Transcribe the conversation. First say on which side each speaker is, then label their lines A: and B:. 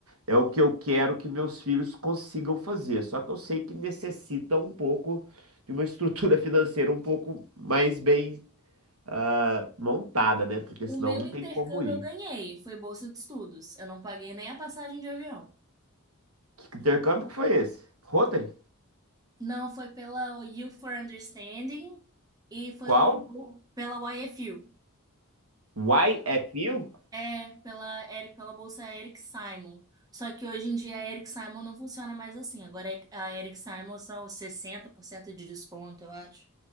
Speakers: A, on the right (about 70°); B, on the right (about 15°).
A: É o que eu quero que meus filhos consigam fazer. Só que eu sei que necessita um pouco de uma <laughs> estrutura financeira um pouco mais bem ah, montada, né? Porque
B: O
A: senão
B: meu
A: não
B: intercâmbio
A: tem como ir.
B: eu ganhei, foi bolsa de estudos. Eu não paguei nem a passagem de avião.
A: Que intercâmbio que foi esse? Rotary?
B: Não, foi pela Youth for Understanding e foi
A: Qual?
B: uma pela YFU
A: YFU?
B: É, pela, Eric pela bolsa Eric Simon. Só que hoje em dia a Eric Simon não funciona mais assim. Agora é- a Eric Simon são 60% de desconto, eu acho.